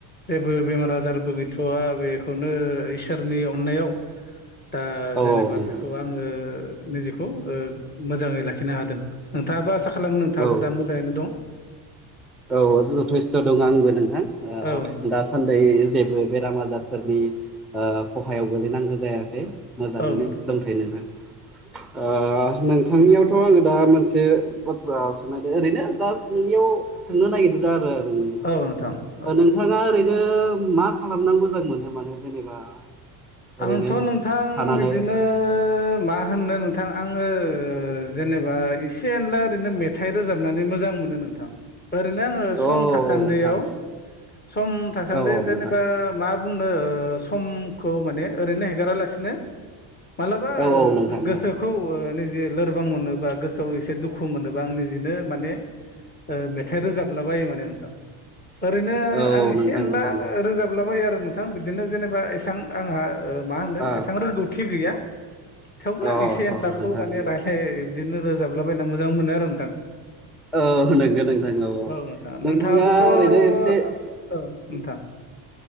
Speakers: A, on the left (about 20°); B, in the centre.
A: जेबो बेमार आजारबो गैथ'वा बे खौनो इसोरनि अननायाव दा
B: औ
A: जेनेबा
B: औ नोंथां
A: बेखौ आङो निजेखौ मोजाङै लाखिनो हादों नोंथाङाबो आसा खालामो नोंथाङाबो
B: औ
A: दा मोजाङैनो दं।
B: औ जेथेस्थ' <unintelligible> दं आंबो नोंथां
A: औ नोंथां
B: दासान्दै जे जेबो बेराम आजारफोरनि ओ खहायाव गोलैनांगौ जायाखै मोजाङैनो
A: औ नोंथां
B: दंथ'यो नोंथां ओ नोंथांनियाव थ' आङो दा मोनसे बाथ्रा सोंनायदों ओरैनो जास्ट नोंनियाव सोंनो नागिरदों दा आरो नोंथां
A: औ औ
B: नोंथाङा ओरैनो मा खालामना मोजां मोनो माने जेनेबा ओरैनो
A: आंथ' नोंथां
B: थानानै
A: बिदिनो मा होननो नोंथां आङो जेनेबा एसे एनला ओरैनो मेथाइ रोजाबनानै मोजां मोनो नोंथां। ओरैनो आङो सम
B: औ
A: थासान्दियाव
B: नोंथां
A: सम थासान्दि
B: औ औ
A: जेनेबा
B: नोंथां
A: मा बुंनो समखौ माने ओरैनो हेगारालासिनो मालाबा
B: औ
A: ओ
B: औ नोंथां
A: गोसोखौ
B: औ
A: ओ लोरबां मोनोबा गोसोआव एसे दुखु मोनोबा आं निजेनो माने मेथाइ रोजाबला बायो माने नोंथां ओरैनो
B: औ
A: आं एसे
B: नोंथां
A: एसेनला
B: मोजाङानो
A: रोजाब लाबायो आरो नोंथां बिदिनो जेनेबा एसां आंहा ओ आंहा मा होनो
B: अ
A: एसां रोंगौथि गैया। थेवबो
B: अ
A: आं एसे
B: ह
A: एनलाखौ
B: नोंथां
A: माने रायलाय बिदिनो रोजाबलाबायना मोजां मोनो आरो नोंथां।
B: औ नंगौ नोंथां
A: औ नोंथां
B: नोंथाङा
A: नोंथाङाबोथ' औ
B: ओरैनो एसे ओ
A: नोंथां।